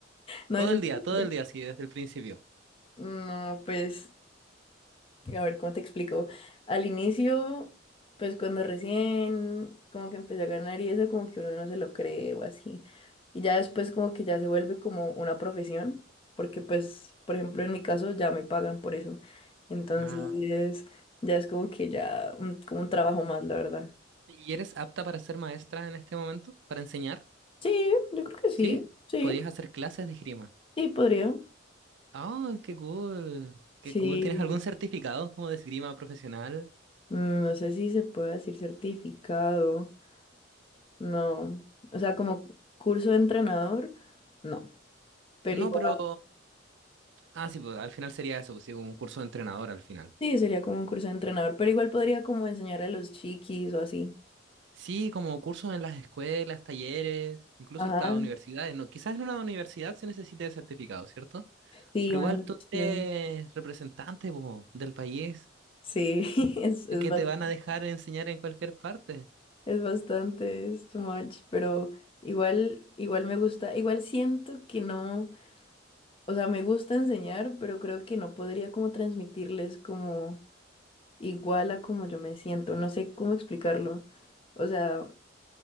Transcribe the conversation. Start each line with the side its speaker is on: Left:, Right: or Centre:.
Left: No
Right: Todo
Left: es increíble.
Right: el día, todo el día, sí, desde el principio.
Left: No, pues A ver, ¿cómo te explico? Al inicio, pues cuando recién como que empecé a ganar y eso como que uno no se lo cree o así. Y ya después como que ya se vuelve como una profesión, porque pues, por ejemplo, en mi caso ya me pagan por eso. Entonces,
Right: Ah.
Left: ya es como que ya un, como un trabajo más, la verdad.
Right: ¿Y eres apta para ser maestra en este momento? ¿Para enseñar?
Left: Sí, yo creo que sí,
Right: ¿Sí?
Left: sí,
Right: Podrías hacer clases de esgrima.
Left: sí, podría.
Right: ¡Oh, qué cool! ¡Qué
Left: Sí,
Right: cool! ¿Tienes algún certificado como de esgrima profesional?
Left: mm, no sé si se puede decir certificado, no. O sea, como curso de entrenador, no. pero
Right: No,
Left: igual,
Right: pero Ah, sí, pues al final sería eso, pues, sí, un curso de entrenador al final.
Left: sí, sería como un curso de entrenador, pero igual podría como enseñar a los chiquis o así.
Right: Sí, como cursos en las escuelas, talleres, incluso
Left: Ajá,
Right: hasta universidades. No, quizás en una universidad se necesite de certificado, ¿cierto?
Left: sí,
Right: Pero
Left: una
Right: igual
Left: opción.
Right: tú eres representante, po, del país,
Left: Sí, <laughs> es, es
Right: eh, que
Left: bastante,
Right: te van a dejar enseñar en cualquier parte.
Left: es bastante, es too much, pero igual, igual me gusta, igual siento que no, o sea, me gusta enseñar, pero creo que no podría como transmitirles como igual a como yo me siento, no sé cómo explicarlo. O sea,